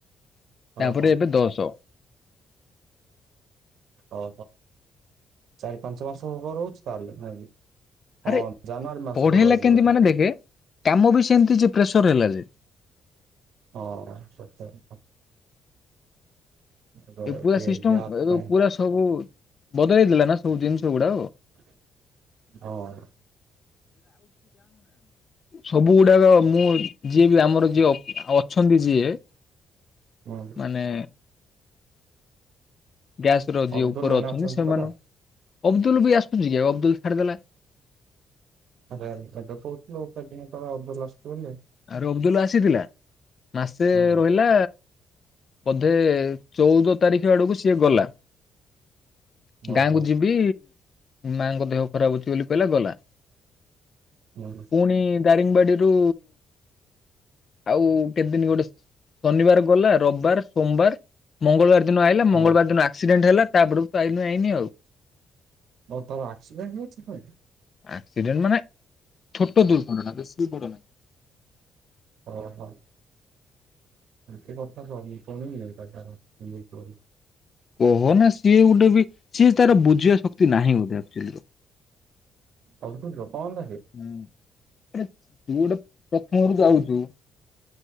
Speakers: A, on the left; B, on the right.
A: ତାପରେ
B: ଓହୋ
A: ଏବେ ଦଶ।
B: ଅହ ଚାରି ପାଞ୍ଚ ମାସ ହବ ରହୁଚି ତାହେଲେ ନାଇଁ କି?
A: ଆରେ
B: ହଁ ଜାନୁଆରୀ ମାସର
A: ପଢେଇଲା
B: ରହିଲି
A: କେମିତି
B: ବୋଧେ।
A: ମାନେ ଦେଖେ କାମ ବି ସେନ୍ତି ଯେ ପ୍ରେସର ହେଲା ଯେ।
B: ହଁ ସତ କଥା। ଟିକେ
A: ଏ ପୁରା ସିଷ୍ଟମ୍
B: ଗ୍ୟାସ୍
A: ଏବେ
B: ପାଇଁ
A: ପୁରା ସବୁ ବଦଳେଇ ଦେଲା ନାଁ ସବୁ ଜିନିଷ ଗୁଡ଼ାଅ।
B: ହଁ।
A: ସବୁ ଗୁଡ଼ାକ ମୁଁ ଯିଏ ବି ଆମର ଯିଏ ଅ ଅଛନ୍ତି ଯିଏ
B: ହୁଁ
A: ମାନେ ଗ୍ୟାସ୍ ର ଯିଏ
B: ଅବଦୁଲ
A: ଉପର
B: ମାନେ
A: ଅଛନ୍ତି ସେମାନୁ
B: ପରା?
A: ଅବଦୁଲ ବି ଆସୁନି ଯେ ଅବଦୁଲ ଛାଡ଼ିଦେଲା।
B: ଏବେ ଏବେ କୋହୁଥୁଲୁ ଚାର ଦିନି ତଳେ ଅବଦୁଲ୍ ଆସୁଚି ବୋଲି।
A: ଆରେ ଅବଦୁଲ୍ ଆସିଥିଲା ମାସେ
B: ହୁଁ
A: ରହିଲା। ବଧେ ଚଉଦ ତାରିଖ ଆଡ଼ୁକୁ ସିଏ ଗଲା
B: ଓହୋ
A: ଗାଁକୁ ଯି ବି ମାଙ୍କ ଦେହ ଖରାପ ଅଛି ବୋଲି କହିଲା ଗଲା।
B: ଉଁ ହୁଁ।
A: ପୁଣି ଦାରିଙ୍ଗବାଡି଼ରୁ ଆଉ କେତ୍ ଦିନ ଗୋଟେ ଶନିବାର ଗଲା ରବାର ସୋମବାର ମଙ୍ଗଳବାର ଦିନ ଆଇଲା ମଙ୍ଗଳବାର
B: ହୁଁ
A: ଦିନ ଆକ୍ସିଡେଣ୍ଟ ହେଲା ତାପରୁ ପାଇନୁ ଆଇନି ଆଉ।
B: ଓ ତମ ଆକ୍ସିଡେଣ୍ଟ୍ ହୋଉଚି ଫେଣ?
A: ଆକ୍ସିଡେଣ୍ଟ ମାନେ ଛୋଟ ଦୁର୍ଘଟଣା ବେଶି ବଡ଼ ନାହିଁ।
B: ଓହ। ବେଶି କଥା କହନି ପୁଣି ଇଏଟା ତାର ହେଲେ ଚୋରି
A: କହ ନା ସିଏ ଗୋଟେ ବି ସିଏ ତାର ବୁଝିବା ଶକ୍ତି ନାହିଁ ବୋଧେ ଆକ୍ଚୁଲିର।
B: ସବୁ ତ ଦିଅ କଁ ହେଲା ସିଏ?
A: ଉଁ ଏରେ ତୁ ଗୋଟେ ପ୍ରଥମରୁ ଯାଉଚୁ